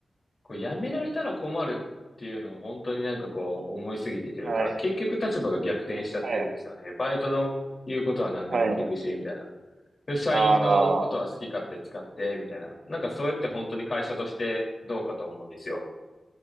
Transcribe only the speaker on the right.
はい、
は
い、はい。
ああ、